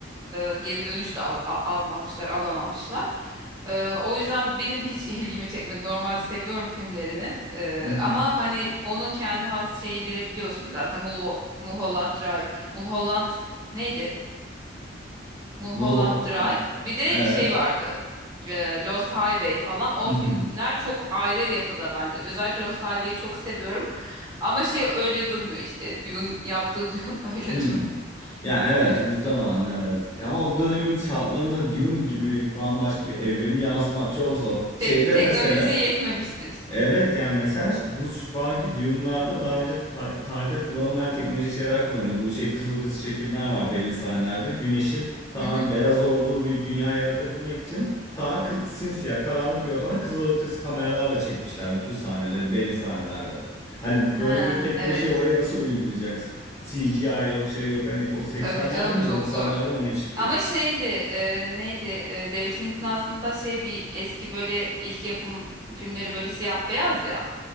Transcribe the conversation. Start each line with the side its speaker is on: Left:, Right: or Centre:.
Right: e, geri dönüş de al- a- almamışlar, alamamışlar. E, o yüzden benim de hiç <laughs> ilgimi çekmedi. Normalde seviyorum filmlerini. E,
Left: <laughs>
Right: ama hani onun kendi has şeyleri biliyorsun zaten Mul Mulholland Drive, Mulholland neydi? Mulholland
Left: Bu
Right: Drive. Bir de
Left: evet.
Right: şey vardı. e, Lost Highway falan. O
Left: <laughs>
Right: filmler çok ayrı yapıda bence. Özellikle Lost Highway'i çok seviyorum. Ama şey öyle durmuyor işte. Dune yaptığı Dune <laughs> öyle
Left: Hmm.
Right: durmuyor.
Left: Ya evet
Right: Evet.
Left: muhtemelen evet. Ama o dönemin şartlarında Dune gibi bambaşka bir evreni yansıtmak çok zor. Şeyde
Right: Tek teknoloji
Left: mesela
Right: yetmemiştir.
Left: Evet yani mesela ş- bu şu anki Dune'larda daha önce ta- tarihte kullanılmayan teknolojik şeyler kullanıyor. Bu şey kızılötesi çekimler var belli sahnelerde. Güneşin tamamen
Right: Hı hı.
Left: beyaz olduğu bir dünya yaratabilmek için tamamen kı- simsiyah karanlık bir ortamda kızılötesi kameralarla çekmişler bütün sahneleri belli sahnelerde. Hani
Right: Ha,
Left: böyle bir teknolojiyi
Right: evet.
Left: oraya nasıl uygulayacaksın? CGI yok şey yok hani o 80'lerde
Right: Tabii canım
Left: mi
Right: çok
Left: 90'larda
Right: zor.
Left: mı ne çıkıyor?
Right: Ama şeydi e, neydi e, David Lynch'in aslında şey bir eski böyle ilk yapım filmleri böyle siyah beyaz ya.